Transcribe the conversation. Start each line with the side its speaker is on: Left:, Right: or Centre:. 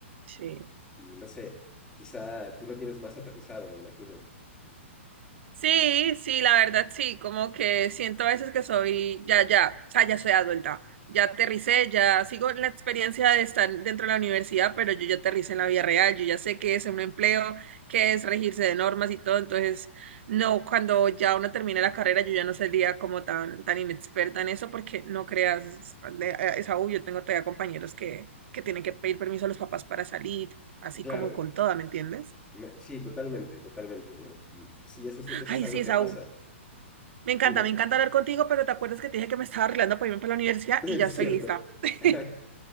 Right: sí.
Centre: y, y no sé, quizá tú lo tienes más aterrizado, me imagino.
Right: Sí, sí, la verdad sí, como que siento a veces que soy, ya, ya, o sea, ya soy adulta, ya aterricé, ya sigo la experiencia de estar dentro de la universidad, pero yo ya aterricé en la vida real, yo ya sé qué es un empleo, qué es regirse de normas y todo, entonces, no, cuando ya uno termine la carrera, yo ya no sería como tan, tan inexperta en eso, porque no creas, es de- eh, es aún, yo tengo todavía compañeros que, que tienen que pedir permiso a los papás para salir, así
Centre: Claro,
Right: como con toda, ¿me entiendes?
Centre: me- sí, totalmente, totalmente, ¿no? Y pues, sí, eso es, eso
Right: Ay,
Centre: es algo
Right: sí, Esaú.
Centre: que pasa.
Right: Me encanta,
Centre: Dime,
Right: me encanta hablar contigo, pero te acuerdas que te dije que me estaba arreglando para irme para la universidad
Centre: <laughs>
Right: y ya
Centre: ¿cierto?
Right: estoy lista. <laughs>
Centre: <laughs>